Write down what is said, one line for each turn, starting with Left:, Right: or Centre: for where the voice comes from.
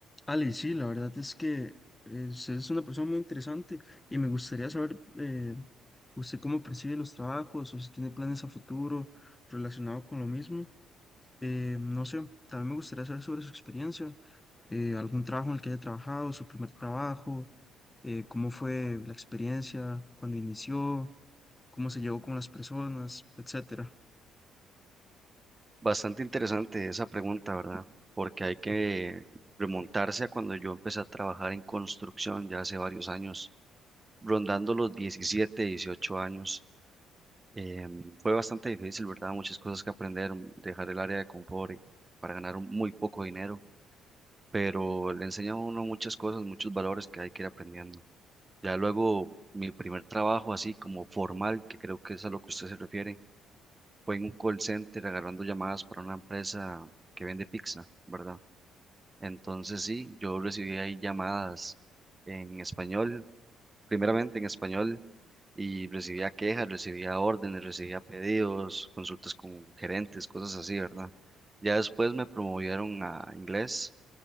Left: Ale, sí, la verdad es que eh, usted es una persona muy interesante y me gustaría saber eh, usted cómo percibe los trabajos o si tiene planes a futuro relacionado con lo mismo. Eh, no sé, también me gustaría saber sobre su experiencia, eh, algún trabajo en el que haya trabajado, su primer trabajo, eh, cómo fue la experiencia, cuando inició, cómo se llevó con las personas, etcétera.
Right: Bastante interesante esa pregunta, ¿verdad? Porque hay que remontarse a cuando yo empecé a trabajar en construcción ya hace varios años, rondando los 17, 18 años. Em, fue bastante difícil, ¿verdad? Muchas cosas que aprender, dejar el área de confort y- para ganar un- muy poco dinero, pero le enseña a uno muchas cosas, muchos valores que hay que ir aprendiendo. Ya luego, mi primer trabajo así como formal, que creo que es a lo que usted se refiere fue en un call center agarrando llamadas para una empresa que vende pizza, ¿verdad? Entonces sí, yo recibí ahí llamadas en español, primeramente en español, y recibía quejas, recibía órdenes, recibía pedidos, consultas con gerentes, cosas así, ¿verdad? Ya después me promovieron a inglés,